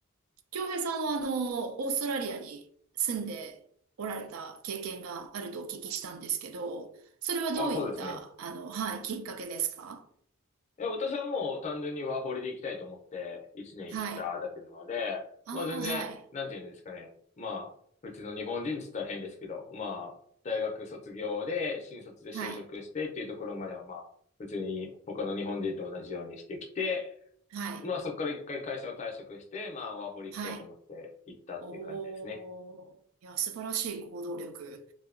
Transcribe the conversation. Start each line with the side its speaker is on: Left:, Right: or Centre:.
Right: 京平さんはあの、オーストラリアに住んでおられた経験があるとお聞きしたんですけど、それはどういった、
Left: あ、そうですね。
Right: あの、はい、きっかけですか
Left: いや、私はもう単純にワーホリで行きたいと思って1年行っただけなので、
Right: はい。ああ、
Left: まあ全然、
Right: はい。
Left: なんていうんですかね。まあ、普通の日本人って言ったら変ですけど、まあ、大学卒業で、新卒で就職してっていうところまではまあ、
Right: はい。
Left: 普通に他の日本人と同じようにしてきて、
Right: はい。
Left: まあそこから一回会社を退職して、まあワーホリ行きたいと思って行ったっていう感じですね。
Right: はい。おー。いや、素晴らしい行動力。